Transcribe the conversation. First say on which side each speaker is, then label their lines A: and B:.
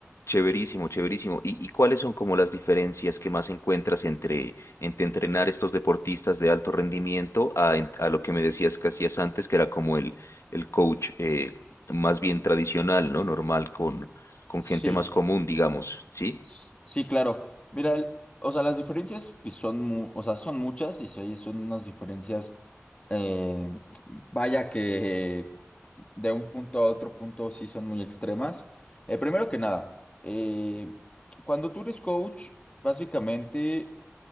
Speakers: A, on the left (about 85°); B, on the left (about 25°).
A: chéverísimo, chéverísimo. ¿Y, y cuáles son como las diferencias que más encuentras entre, entre entrenar estos deportistas de alto rendimiento a, en- a lo que me decías que hacías antes, que era como el, el coach eh, más bien tradicional, ¿no? Normal, con, con gente
B: Sí.
A: más común, digamos, ¿sí?
B: S- Sí, claro. Mira, el- o sea, las diferencias pues, son, mu- o sea, son muchas y sí, son unas diferencias, eh, vaya que de un punto a otro punto sí son muy extremas. Eh, primero que nada, eh, cuando tú eres coach, básicamente